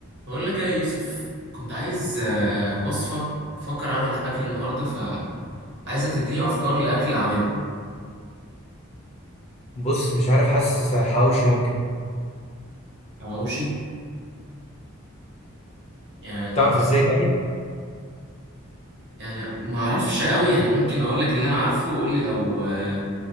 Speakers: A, on the right (about 55°); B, on the left (about 30°).
A: بقول لك ايه يا يوسف كنت عايز آه، وصفة بفكر اعمل اكل النهاردة فعايزك تديني افكار لاكل اعملها
B: بص مش عارف حاسس حواوشي ممكن
A: حواوشي يعني
B: تعرف ازاي تعمل
A: يعني ما اعرفش قوي يعني ممكن اقول لك اللي انا عارفه وقول لي لو آه،